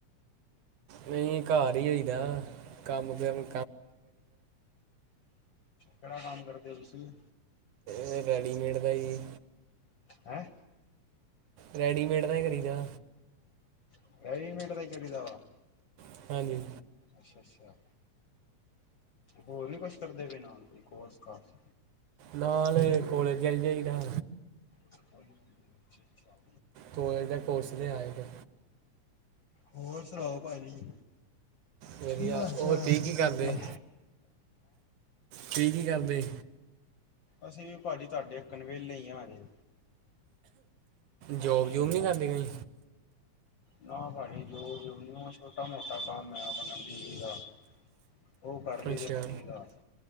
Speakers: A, on the right; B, on the left.
A: ਨਹੀਂ ਘਰ ਹੀ ਹੋਈ ਦਾ ਕੰਮ ਕਰਨ।
B: ਕਿਹੜਾ ਕੰਮ ਕਰਦੇ ਤੁਸੀਂ?
A: ਮੈ ਰੈਡੀਮੇਟ ਦਾ ਹੀ।
B: ਹੈ।
A: ਰੈਡੀਮੇਟ ਦਾ ਈ ਕਰੀਜਾਂ।
B: <unintelligible> ਮੈ ਵੀ ਬਿਹ ਮੀਨੇਟ ਵਿਚ ਚਲਾ ਜਾਂ ਗਾ।
A: <unintelligible> ਹੈਨੀ।
B: ਅੱਛਾ‌ ਅੱਛਾ। ਹੋਰ ਵੀ ਕੁਛ ਕਰਦੇ ਪਏ ਨਾਲ ਕੋਈ ਕੋਰਸ ਕਾਸ਼।
A: ਨਾਲ ਹੀ ਕੋਲਜ ਚੱਲੇ ਜਾਈਦਾ।
B: ਅੱਛਾ ਅੱਛਾ।
A: ਖੋਹੇ ਦੇ ਫੋਰਸ ਲਿਆਏ ਜੇ।
B: ਹੋਰ ਸੁਣਾਓ ਭਾਜੀ।
A: ਵਧੀਆ
B: ਕੀ ‌ਹਾਲ ਚਾਲ
A: ਹੋਰ ਤੁਸੀਂ ਕੀ
B: ਤੁਹਾਡੇ।
A: ਕਰਦੇ ਤੁਸੀਂ ਕੀ ਕਰਦੇ।
B: ਅਸੀਂ ਵੀ ਪਾਜੀ ਤਾਡੇ ਅੱਕਣ ਵੇਲੇ ਈ ਆ ਅਜੇ।
A: ਜੋਬ-ਜੂਬ
B: ਕੀ ਕਰਨਾ
A: ਨੀ ਕਰਦੇ ਕੋਈ?
B: ਨਾ ਪਾਜੀ ਜੋ ਵੀ ਓਨੂੰ ਛੋਟਾ-ਮੋਟਾ ਕੰਮ ਐ ਆਪਣਾ ਬਿਜਲੀ ਦਾ। ਉਹ ਕਰਲੀ
A: ਅੱਛਾ
B: ਫੇਰ ਵਧੀ ਦਾਸ।